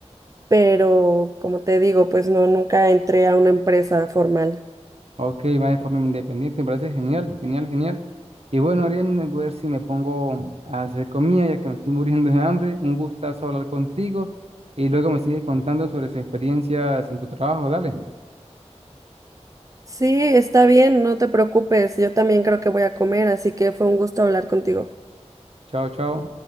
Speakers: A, on the right (about 30°); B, on the right (about 60°).
A: pero como te digo, pues no, nunca entré a una empresa formal.
B: Ok, va de forma independiente, me parece genial, genial, genial. Y bueno, Ariane, voy a ver si me pongo a hacer comida ya que me estoy <laughs> muriendo de hambre. Un gustazo hablar contigo y luego me sigues contando sobre sus experiencias en tu trabajo. Dale,
A: Sí, está bien, no te preocupes, yo también creo que voy a comer, así que fue un gusto hablar contigo.
B: chao, chao.